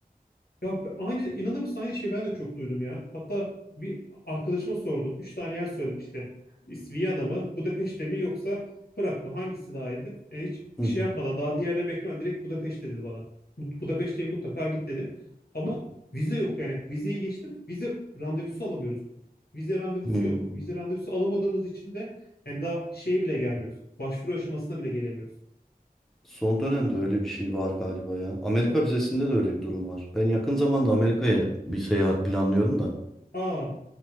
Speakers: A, on the left (about 80°); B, in the centre.
A: Ya be- aynı inanır mısın aynı şeyi ben de çok duydum ya. Hatta bir arkadaşıma sordum. Üç tane yer söyledim işte. İs- Viyana mı, Budapeşte mi yoksa Prag mı? Hangisi daha iyi dedim. Yani hiç
B: Hı
A: şey
B: hı.
A: yapmadan daha diğerleri beklemeden direkt Budapeşte dedi bana. Mut- Budapeşte'ye mutlaka git dedi. Ama vize yok yani. Vizeyi geçtim. Vize randevusu alamıyoruz. Vize randevusu
B: Hmm.
A: yok. Bu Vize randevusu alamadığımız için de yani daha şeye bile gelmiyoruz. Başvuru aşamasına bile gelemiyoruz.
B: Son dönemde öyle bir şey var galiba ya. Amerika vizesinde de öyle bir durum var. Ben yakın zamanda Amerika'ya bir seyahat planlıyorum da.
A: Aa